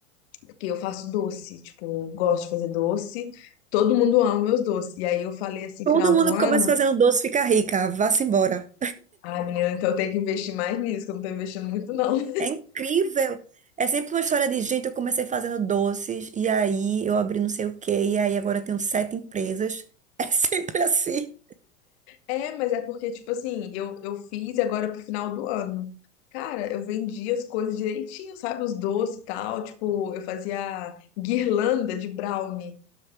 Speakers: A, on the left; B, on the right.
A: porque eu faço doce, tipo, eu gosto de fazer doce, todo mundo ama meus doces. E aí eu falei assim,
B: Todo
A: final
B: mundo
A: do ano,
B: que começa fazendo doce fica rica, vá-se embora.
A: ai, menina, então eu tenho que investir mais nisso, que eu não tô investindo muito, não. <laughs>
B: É incrível. É sempre uma história de gente, eu comecei fazendo doces, e aí eu abri não sei o quê, e aí agora eu tenho sete empresas. <laughs> É sempre assim.
A: É, mas é porque, tipo assim, eu, eu fiz agora pro final do ano. Cara, eu vendia as coisas direitinho, sabe? Os doces e tal. Tipo, eu fazia guirlanda de brownie,